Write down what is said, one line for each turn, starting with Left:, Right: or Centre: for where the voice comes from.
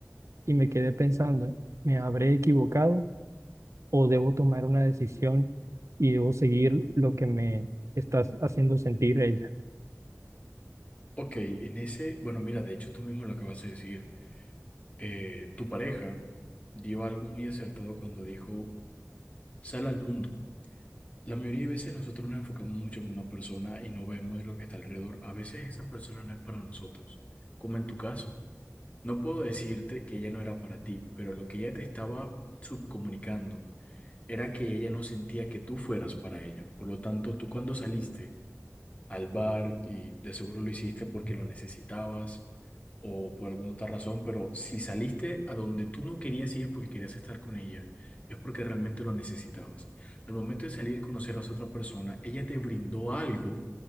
Right: y me quedé pensando, ¿me habré equivocado o debo tomar una decisión y debo seguir lo que me está haciendo sentir ella?
Left: Ok, en ese, bueno, mira, de hecho tú mismo lo acabas de decir. eh, tu pareja dio algo muy acertado cuando dijo, sal al mundo. La mayoría de veces nosotros nos enfocamos mucho en una persona y no vemos lo que está alrededor. A veces esa persona no es para nosotros, como en tu caso. No puedo decirte que ella no era para ti, pero lo que ella te estaba subcomunicando era que ella no sentía que tú fueras para ella. Por lo tanto, tú cuando saliste, al bar y de seguro lo hiciste porque lo necesitabas o por alguna otra razón, pero si saliste a donde tú no querías ir porque querías estar con ella, es porque realmente lo necesitabas. Al momento de salir y conocer a esa otra persona, ella te brindó algo